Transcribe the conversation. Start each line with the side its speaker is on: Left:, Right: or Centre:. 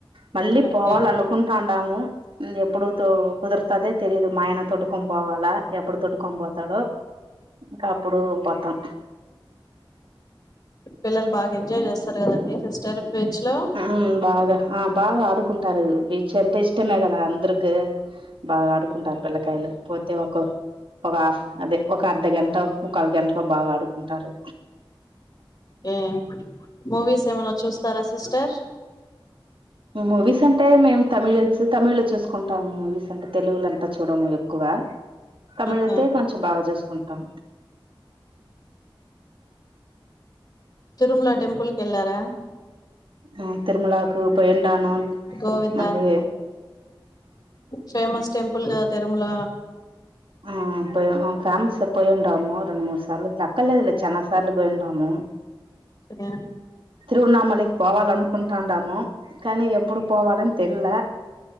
Right: మళ్ళీ
Left: ఓకే
Right: పోవాల అనుకుంటాండాము ఎప్పుడు తో కుదురుతదే తెలీదు మా ఆయన తొట్టుకొని పోవాలా ఎప్పుడు తొట్టుకొని పోతాడు ఇంకా అప్పుడు పోత్తం
Left: పిల్లలు బాగా ఎంజాయ్ చేస్తారు కదండి సిస్టర్ బీచ్ లో
Right: ఆ బాగా ఆ బాగా ఆడుకుంటారు బీచ్ అంటే ఇష్టమే కదా అందరికి బాగా ఆడుకుంటారు పిల్లకాయలు పోతే ఒ ఒకఫ్ అదే ఒక అర్ధ గంట ఒక అ గంటలో బాగా ఆడుకుంటారు
Left: ఉమ్ మూవీస్ ఏమైనా చూస్తారా సిస్టర్
Right: మూవీస్ అంటే మేము తమిళ తమిళ్ లో చూసుకుంటాము మూవీస్ అంటే తెలుగులంతా చూడము ఎక్కువ తమిళైతే
Left: ఓకే
Right: కొంచెం బాగా చూసుకుంటాం
Left: తిరుమల టెంపుల్కి వెళ్ళారా
Right: ఉమ్ తిరుమలాకు పోయి ఉండను
Left: గోవిందా
Right: మళ్లి
Left: ఫేమస్ టెంపుల్ కదా తిరుమల
Right: ఆ పోయి ఫేమస్ పోయి ఉంటాము రెండు మూడు సార్లు దక్కర్లేదులే చెన్న సార్లు పోయి ఉంటాము
Left: ఓకే
Right: తిరువణమలి పోవాలనుకుంటడాము కానీ ఎప్పుడు పోవాలని తెల్లే